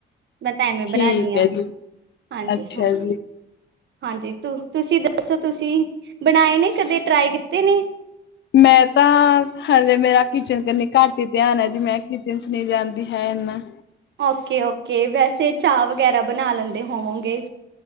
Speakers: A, on the right (about 65°); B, on the left (about 65°).
A: ਮੈਂ ਤਾਂ ਐਵੇਂ ਬਣਾਨੀ
B: ਠੀਕ
A: ਹਾਂ,
B: ਹੈ ਜੀ,
A: ਹਾਂਜੀ
B: ਅੱਛਾ
A: ਹਾਂਜੀ
B: ਜੀ।
A: ਹਾਂਜੀ ਤੂੰ ਤੁਸੀਂ ਅੱਛਾ, ਤੁਸੀਂ ਬਣਾਏ ਨੇ ਕਦੇ ਟਰਾਏ ਕੀਤੇ ਨੇ?
B: ਮੈਂ ਤਾਂ ਹਲੇ ਮੇਰਾ ਕਿਚਨ ਘੱਟ ਈ ਧਿਆਨ ਐ ਜੀ, ਮੈਂ ਕਿਚਨ ਚ ਨਈਂ ਜਾਂਦੀ ਹੈ ਏਨਾ।
A: ਓਕੇ-ਓਕੇ ਵੈਸੇ ਚਾਹ ਵਗੈਰਾ ਬਣਾ ਲੈਂਦੇ ਹੋਵੋਗੇਂ।